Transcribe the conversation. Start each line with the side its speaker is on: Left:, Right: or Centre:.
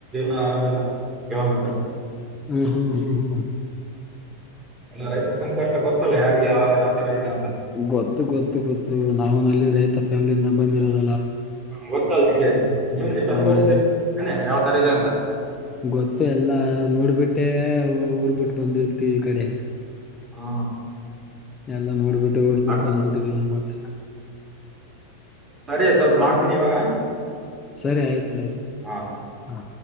Right: ಹಾ ಆರಾಮಿಲ್ಲ. ಯಾವಾಗ್ ಅಂತ್ರು.
Left: ಹ್ಮ ಹ್ಮ್ ಹ್ಮ್ ಹ್ಮ್
Right: ಎಲ್ಲ ರೈತರ ಸಂಕಷ್ಟ ಗೊತ್ತಲ್ಲ ಯಾರಿಗೆ ಯಾವ್ ತರ ಇದೆ ಅಂತ್.
Left: ಗೊತ್ತು ಗೊತ್ತು ಗೊತ್ತು ನಾವುನಲ್ಲೆ. ರೈತ ಫ್ಯಾಮಿಯಿಂದ ಬಂದಿರೋರು.
Right: ಗೊತ್ತಲ್ಲ ಅಂಗೆ ನೀವೆನ್ ಎಷ್ಟ
Left: ಹ್ಮ
Right: ಅನುಭಸ್ತೀರಿ ತಾನೇ. ತರ ಇದೆ ಅಂತ.
Left: ಗೊತ್ತು ಎಲ್ಲಾ ನೋಡ್ಬಿಟ್ಟೆ ಊರ್ ಬಿಟ್ಟು ಬಂದಿದ್ ಈ ಕಡೆ.
Right: ಹಾ
Left: ಎಲ್ಲಾ ನೋಡ್ ಬಿಟ್. ಡ್ಬ ಬಿಟ್
Right: ಅದ್-
Left: ಬಂದ್ಬಿತಿದೀವಿ ಏನ್ ಮಾಡ್ತಿ ಅಣ್ಣ.
Right: ಸರಿ ಸ್ವಲ್ಪ್ ಮಾಡ್ತೀನಿ ಇವಾಗ.
Left: ಸರಿ ಆಯ್ತ್. ಆಯ್ತು
Right: ಹಾ
Left: ಹಾ.